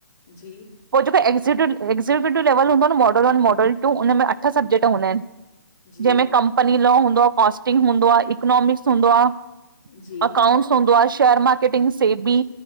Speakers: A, on the left; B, on the right.
A: जी।
B: पो जेको एक्जीक्यूटिव एकजीक्यूटिव लेवल हूंदो न मॉडल वन मॉडल टू उन में अठ सब्जेक्ट हूंदाआहिंन।
A: जी
B: जंहिंमें कंपनी लॉ हूंदो आ, कॉस्टिंग हूंदो आ, इकनॉमिक्स हूंदो आ।
A: जी
B: अकाउंट्स हूंदो आ, शेयर मार्केटिंग, सेबी,